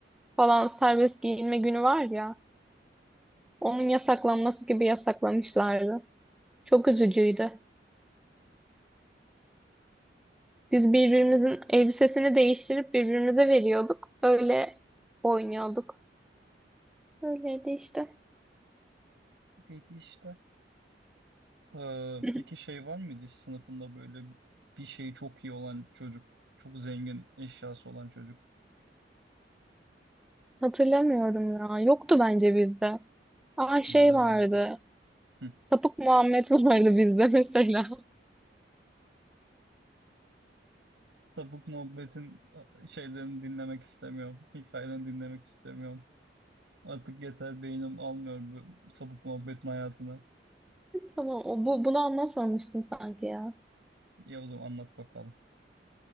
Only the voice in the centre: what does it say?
falan serbest giyinme günü var ya. Onun yasaklanması gibi yasaklamışlardı. Çok üzücüydü. Biz birbirimizin elbisesini değiştirip birbirimize veriyorduk. Öyle oynuyorduk. Öyleydi işte.
<clears throat>
<laughs> Hatırlamıyorum ya. Yoktu bence bizde. Aa şey
vardı.
Sapık Muhammed vardı bizde <laughs> mesela.
Tamam, o, bu, bunu anlatmamıştım sanki ya.